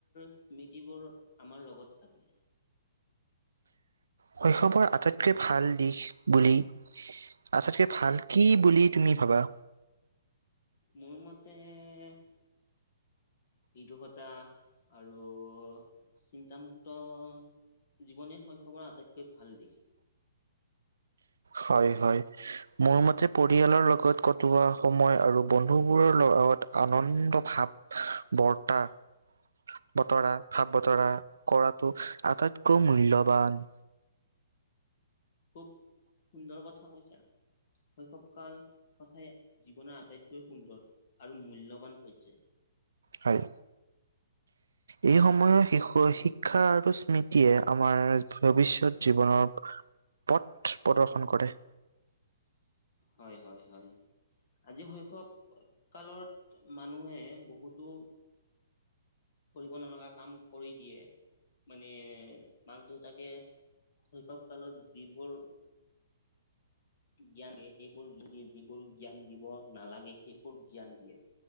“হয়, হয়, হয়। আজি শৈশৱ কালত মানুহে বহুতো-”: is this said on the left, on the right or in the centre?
Left